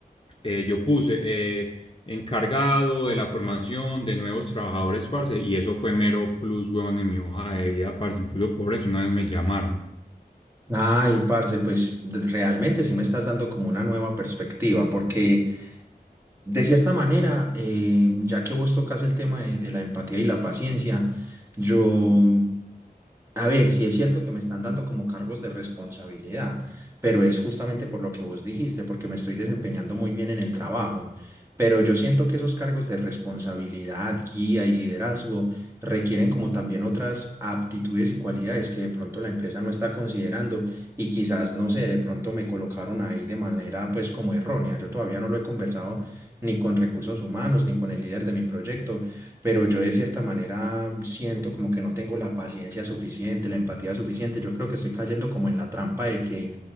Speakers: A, on the left; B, on the right.
A: eh, yo puse... eh, encargado de la formación de nuevos trabajadores, parce, y eso fue mero plus, weón, en mi hoja de vida, parce, incluso por eso una vez me llamaron.
B: Ay, parce, pues de- realmente sí me estás dando como una nueva perspectiva, porque De cierta manera, eh, ya que vos tocas el tema de, de la empatía y la paciencia, yo a ver, sí es cierto que me están dando como cargos de responsabilidad, pero es justamente por lo que vos dijiste, porque me estoy desempeñando muy bien en el trabajo. Pero yo siento que esos cargos de responsabilidad, guía y liderazgo requieren como también otras aptitudes y cualidades que de pronto la empresa no está considerando y quizás, no sé, de pronto me colocaron ahí de manera pues como errónea. Yo todavía no lo he conversado ni con recursos humanos ni con el líder de mi proyecto pero yo de cierta manera siento como que no tengo la paciencia suficiente, la empatía suficiente. Yo creo que estoy cayendo como en la trampa de que